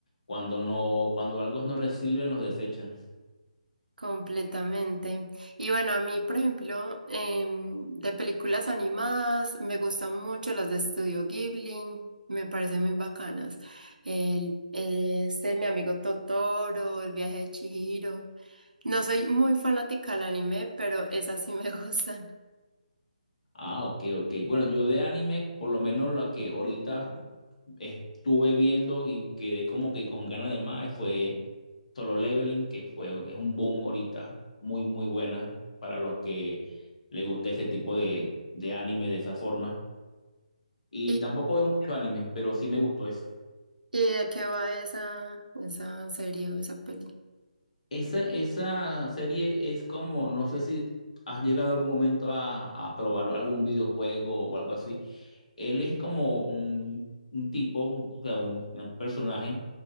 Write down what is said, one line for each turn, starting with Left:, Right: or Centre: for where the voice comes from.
Left: Cuando no, cuando algo no les sirven, los desechan.
Right: Completamente. Y bueno, a mí, por ejemplo, em, de películas animadas, me gustan mucho las de Estudio Ghibli, me parecen muy bacanas. El, eh, este, mi amigo Totoro, El viaje de Chihiro. No soy muy fanática del anime, pero esas sí me <laughs> gustan.
Left: Ah, ok, ok. Bueno, yo de anime, por lo menos la que ahorita estuve viendo y quedé como que con ganas de más, fue Solo Leveling, que fue, es un boom ahorita, muy, muy buena para los que les gusta ese tipo de, de anime de esa forma. Y
Right: ¿Y,
Left: tampoco veo mucho anime, pero sí me gustó esa.
Right: y de qué va esa, esa serie o esa película?
Left: Esa, esa serie es como, no sé si has llegado algún momento a, a probar algún videojuego o algo así. Él es como un, un tipo, o sea, un, un personaje